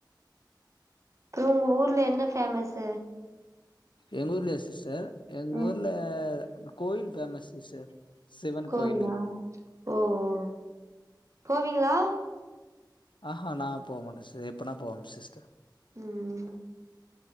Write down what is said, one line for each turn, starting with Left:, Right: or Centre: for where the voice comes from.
Right: அப்புறம் உங்க ஊர்ல என்ன ஃபேமஸ்
Left: எங்க ஊர்லயா சிஸ் சிஸ்டர் எங்க
Right: ம்
Left: ஊர்ல கோயில் பேமஸ் சிஸ்டர் சிவன்
Right: கோயிலா
Left: கோயில் இருக்கு
Right: ஓஓஓ போவிங்களா
Left: ஆஹான் நான் போவ மாட்டேன் சிஸ்டர் எப்பனா போவேம் சிஸ்டர் <inaudible>
Right: ம்